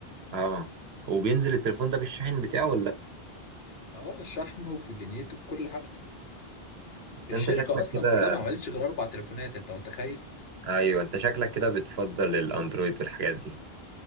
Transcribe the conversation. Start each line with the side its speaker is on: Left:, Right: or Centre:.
Right: آه وبينزل التليفون ده بالشاحن بتاعه ولا لأ؟
Left: اه شحنه بدنيته بكل حاجته
Right: بس
Left: الشركه
Right: انت شكلك
Left: اصلا
Right: كده
Left: كلها ما عملتش غير اربع تليفونات انت متخيل
Right: ايوه انت شكلك كده بتفضل الاندرويد والحاجات دي